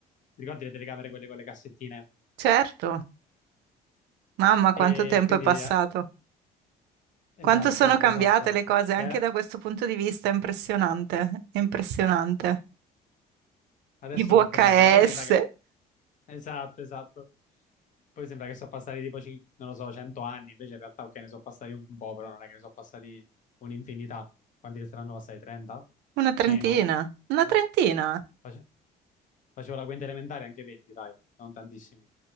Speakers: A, on the left; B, on the right.
A: ti ricordi le telecamere, quelle con le cassettine?
B: Certo. Mamma,
A: E
B: quanto tempo
A: quindi,
B: è passato.
A: eh, esatto,
B: Quanto sono cambiate
A: esatto.
B: le cose anche
A: E
B: da questo punto di vista, è impressionante, è impressionante.
A: Adesso
B: I VHS,
A: col telefono. Poi sembra che... Esatto, esatto. Poi sembra che sono passati tipo, cin- non lo so, 100 anni. Invece in realtà, ok, ne sono passati un po', però non è che ne sono passati un'infinità. Quanti ne saranno passati? 30?
B: una trentina,
A: Meno?
B: una
A: Eh,
B: trentina.
A: face- Facevo la quinta elementare, anche 20, dai. Non tantissimi.